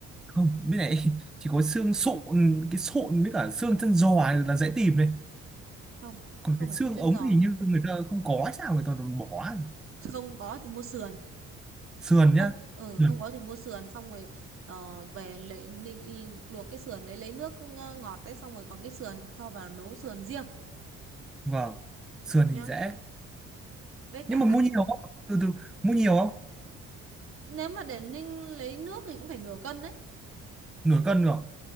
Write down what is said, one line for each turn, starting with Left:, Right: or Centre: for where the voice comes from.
Centre: không bên này <laughs> chỉ có xương sụn cái sụn với cả xương chân giò là dễ tìm này
Right: không
Centre: còn
Right: không
Centre: cái
Right: phải
Centre: xương
Right: xương chân
Centre: ống
Right: giò
Centre: thì như người ta không có hay sao người ta còn bỏ
Right: không có thì mua sườn
Centre: sườn
Right: không
Centre: nhá
Right: ừ
Centre: sườn
Right: không có thì mua sườn xong rồi ờ, về lấy ninh- luộc cái sườn đấy lấy nước ờ, ngọt đấy xong rồi còn cái sườn thì cho vào nấu sườn riêng
Centre: vâng sườn
Right: nhá
Centre: thì dễ
Right: với cả
Centre: nhưng mà mua nhiều không từ từ mua nhiều không
Right: nếu mà để ninh lấy nước thì cũng phải nửa cân đấy
Centre: nửa cân rồi